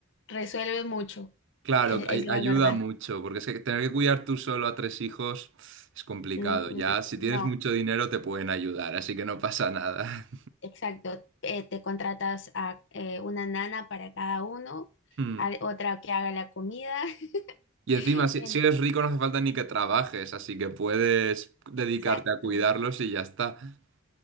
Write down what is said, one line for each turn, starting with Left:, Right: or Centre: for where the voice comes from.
Left: resuelve mucho,
Right: Claro,
Left: e-
Right: ay-
Left: es, la
Right: ayuda
Left: verdad.
Right: mucho, porque es que tener que cuidar tú solo a tres hijos es complicado.
Left: Mm,
Right: Ya, si
Left: No,
Right: tienes mucho dinero te pueden ayudar, así que no pasa nada.
Left: exacto. Eh, te contratas a eh, una nana para cada uno,
Right: <laughs>
Left: a otra que haga la comida.
Right: Y
Left: <laughs>
Right: encima, si,
Left: Entonces,
Right: si eres rico no hace falta ni que trabajes, así que puedes dedicarte
Left: exacto,
Right: a cuidarlos y ya está.